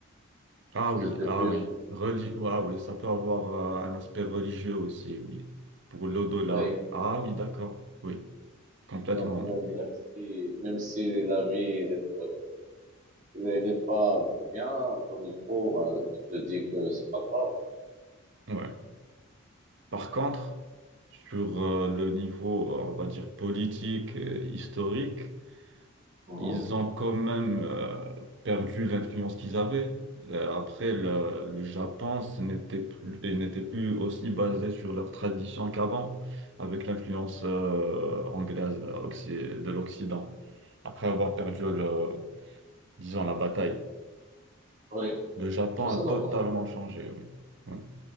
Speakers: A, on the right; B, on the right.
A: Ah
B: C'était
A: oui, ah
B: plus,
A: oui, Reli- ah oui, ça peut avoir euh, un aspect religieux aussi, oui, pour l'au-delà.
B: oui.
A: oui. Ah oui, d'accord, oui, complètement,
B: Donc même,
A: oui.
B: même si, même si la vie, elle est, euh, elle est pas bien comme il faut, ben, tu te dis que c'est pas grave.
A: Ouais. Par contre, sur euh, le niveau, euh, on va dire, politique et historique,
B: Mhm.
A: ils ont quand même euh, perdu l'influence qu'ils avaient. Euh, Après, le, le Japon, ce n'était plus, et n'était plus aussi basé sur leur tradition qu'avant, avec l'influence euh, anglaise euh, occ- de l'Occident. Après avoir perdu le, disons, la bataille,
B: Oui.
A: le Japon
B: Je trouve ça
A: a
B: normal.
A: totalement changé, oui. Oui.